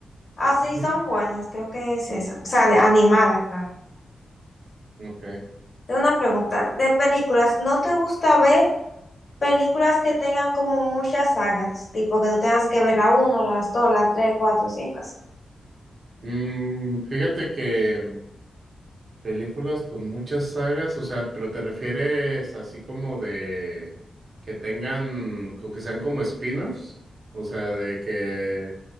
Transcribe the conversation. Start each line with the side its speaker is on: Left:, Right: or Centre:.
Left: así
Right: ujú.
Left: son buenas, creo que es esa. O sea, de- animada, claro.
Right: Ok.
Left: Tengo una pregunta, de películas, ¿no te gusta ver películas que tengan como muchas sagas? Tipo que tú tengas que ver la uno, las 2, las 3, 4, 5,
Right: Mm, fíjate que Películas con muchas sagas, o sea, pero te refieres así como de que tengan, co- que sean como spin-offs, o sea, de que,